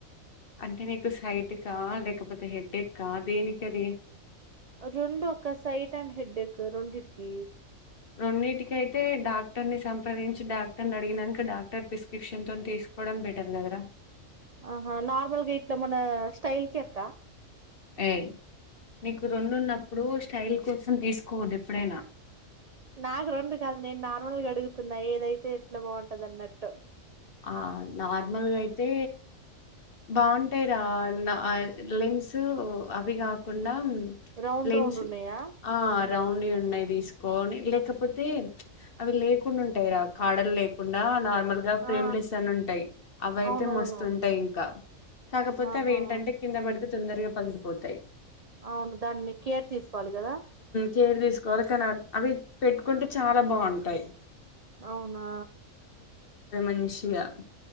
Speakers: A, on the left (about 45°); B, on the right (about 80°).
A: అంటే నీకు సైట్ కా లేకపోతే హెడేక్ కా దేనికిది
B: రెండు ఒకక్క సైడ్ అండ్ హెడ్డక్ రెండికి
A: రెండున్నిటికి అయితే డా డాక్టర్ ని సంప్రదించి డాక్టర్ అడిగినాక డాక్టర్ ప్రిస్క్రిప్షన్ తో తీసుకోవడం బెటర్ కదా రా
B: ఆహా నార్మల్గా ఇట్లా మన స్టైల్ కి అక్క
A: ఏయ్ నీకు రెండున్నప్పుడు స్టైల్ కోసం తీసుకోవదు ఎప్పుడైనా
B: నాకు రెండు కాదు నేను నార్మల్గా అడుగుతున్నా ఏదైతే ఎట్లా బాగుంటది అన్నట్టు
A: ఆ నార్మల్గా అయితే బాగుంటాయి రా నా లెన్సు అవి కాకుండా
B: రౌండ్
A: లెన్స్
B: రౌండ్ ఉన్నాయా
A: ఆ రౌండ్ యిఉన్నాయి తీసుకోని లేకపోతే అవి లేకుండా ఉంటాయి రా కాడలు లేకుండా నార్మల్ గా ఫ్రేమ్
B: ఆ
A: లెస్ అని ఉంటాయి అవి
B: ఆ
A: అయితే
B: అవునవును
A: మస్తుంటాయి ఇంకా కాకపోతే
B: ఆహా
A: అవి ఏంటంటే కింద పడి తే తొందరగా పగిలిపోతాయి.
B: అవును దాన్ని కేర్ తీసుకోవాలి కదా
A: కేరు తీసుకోవాలి కానీ అవి పెట్టుకుంటే చాలా బావుంటాయి.
B: అవునా
A: ఫ్రెష్ గా